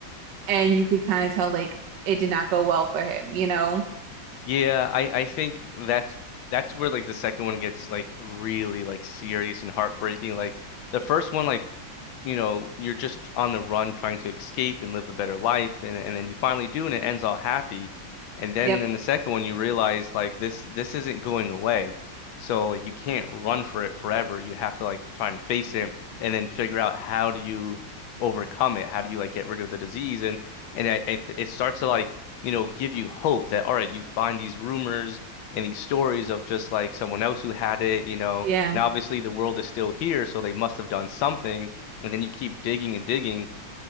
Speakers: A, on the right; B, on the left.
A: And you could kind of tell like it did not go well for him, you know?
B: Yeah, I I think that's that's where like the second one gets like really like serious and heartbreaking. Like the first one like you know, you're just on the run trying to escape and live a better life and and then you finally do and it ends all happy. And then
A: Yep.
B: in the second one you realize like this this isn't going away. So like, you can't run for it forever. You have to like try and face it and then figure out how do you overcome it? How do you like get rid of the disease? And and I, it it starts to like, you know, give you hope that all right, you find these rumors and these stories of just like someone else who had it, you know,
A: Yeah.
B: and obviously the world is still here, so they must have done something and then you keep digging and digging,